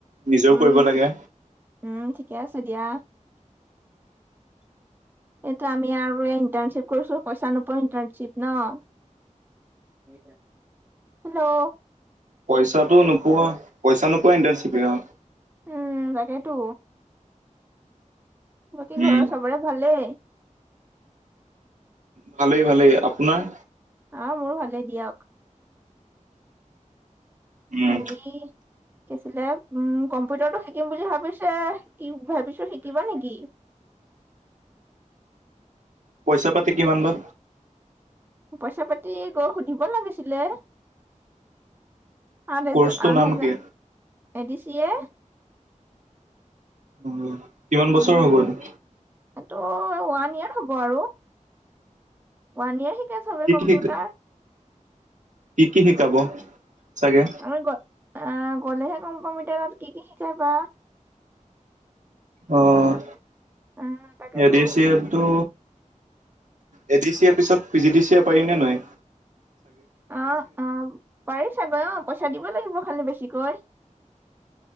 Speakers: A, on the right; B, on the right.
A: নিজেও
B: উম,
A: কৰিব লাগে
B: উম ঠিকে আছে দিয়া এইটো আমি আৰু ইণ্টাৰণশ্বিপ কৰিছো, পইচা নোপোৱা ইণ্টাৰ্ণশ্বিপ নহ হেল্ল
A: পইচাটো নোপোৱা, পইচা নোপোৱা ইণ্টাৰনেচিপে অহ।
B: উম, তাকেইতো বাকী
A: উম।
B: ঘৰৰ চবৰে ভালেই।
A: ভালেই ভালেই আপোনাৰ।
B: অহ মোৰো ভালেই দিয়ক।
A: উম,
B: হেৰি শিকিছিলে, উম, কম্পিউটাৰটো শিকিম বুলি ভাবিছে কি ভাবিছো শিকিবা নেকি?
A: পইচা-পাতি কিমান বা?
B: পইচা-পাতি গৈ সুধিব লাগিছিলে। সাত-হেজা,
A: কৰ্চটোৰ
B: আঠ-হেজা
A: নাম কি?
B: এ দি চি এ।
A: উম, কিমান
B: উম
A: বছৰ হ'ব এইটো?
B: এইটো ওৱান ইয়েৰ হ'ব আৰু। ওৱান ইয়েৰ শিকে চবে
A: কি
B: কম্পিউটাৰ।
A: কি শিক কি কি শিকাব চাগে?
B: আমি গ আহ গ'লেহে গম পাম এতিয়া তাত কি কি শিকায় বা।
A: অ'
B: আহ তাকেতো
A: এ ডি চি এ টো। এ ডি চিয়ে পিছত পি জি ডি চিয়ে পাৰি নে নোৱাৰিম?
B: অ' অ' পাৰি চাগৈ, অ' পইচা দিব লাগিব। খালি বেছিকৈ